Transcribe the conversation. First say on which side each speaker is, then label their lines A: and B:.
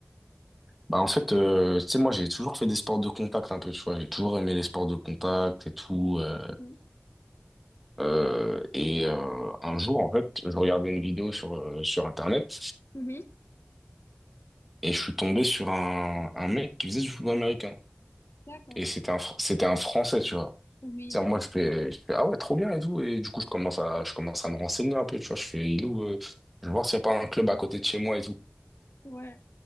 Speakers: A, in the centre; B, on the left.
A: Bah, en fait, euh, tu sais, moi, j'ai toujours fait des sports de contact un peu, tu vois. J'ai toujours aimé les sports de contact et tout. euh,
B: Mhm.
A: euh, et euh, un jour, en fait, je regardais une vidéo sur, euh, sur Internet
B: Mhm.
A: et je suis tombé sur un, un mec qui faisait du football américain.
B: D'accord.
A: Et c'était un, Fr- c'était un Français, tu vois.
B: Oui.
A: C'est-à-dire, moi, je fais, je fais, ah ouais, trop bien et tout. Et du coup, je commence à, je commence à me renseigner un peu, tu vois. Je fais, il est où, euh, je vais voir s'il n'y a pas un club à côté de chez moi et tout.
B: Ouais.